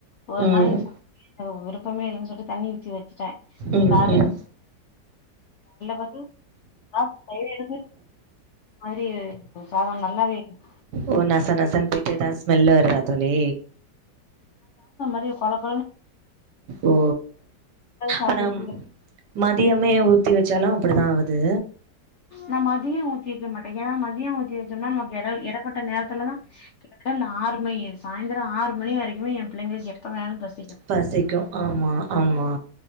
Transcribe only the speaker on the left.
ஒரு
நாளைக்கு விருப்பம் இல்லைன்னு சொல்லி தண்ணி ஊற்றிவச்சு வச்சுடே
காலை
பாத்தா அத எடு மாதிரி சாதம் நல்லாவே இருக்கும்
பெரிகொலப்
சாப்ட்டு
நான் மதியம் ஊத்தி வைக்க மாட்டேன் ஏன்னா மதியம் ஊத்தி வைச்சோம்னா நமக்கு இடப்பட்ட நேரத்துலதான் கிட்டதட்ட ஆறு மணி சாயந்திரம் ஆறு மணி வரைக்குமே என் பிள்ளைங்களுக்கு எப்ப வேன்னாலும் பஸ்